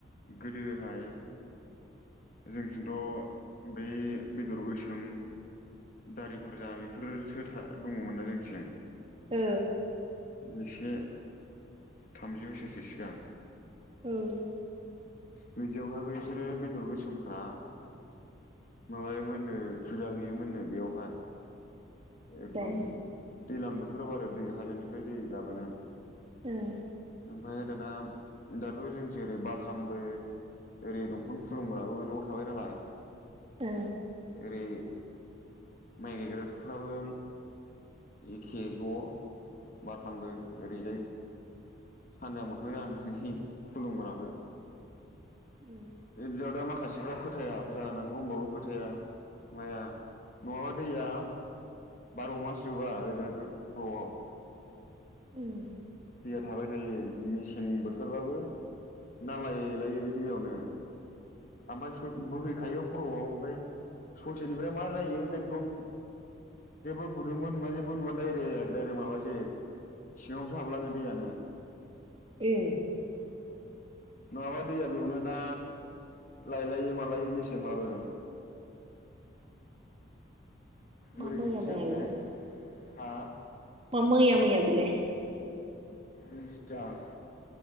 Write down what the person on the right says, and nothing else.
ओ
औ।
ओमफ्राय
ओम
ओ
उम
उम
ए
मा
मैया
मैया बेलाय
मा मैया मैयाबिलाय